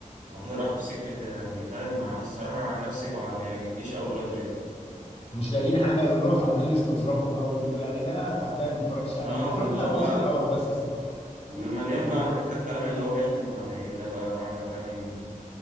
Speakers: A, on the right (about 80°); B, on the left (about 50°).
A: الموضوع راح في سكة يعني فاهم مع الصراحة عن نفسي ما بيعجبنيش أوي ولاد رزق
B: مش لاقيين حاجه يقولوها فعمالين يستظرفوا بقى ويقولوا يعني ده تعبان ما اتفرجتش عليه
A: بقى
B: ما اتفرجت
A: واللي
B: على
A: هو
B: الجزء
A: بقى
B: الاول بس الصراحه
A: وبيبقى مليان
B: اللغة
A: بقى عارف انت الكلام اللي هو بيحمل معنيين ده بقى معنى فاهم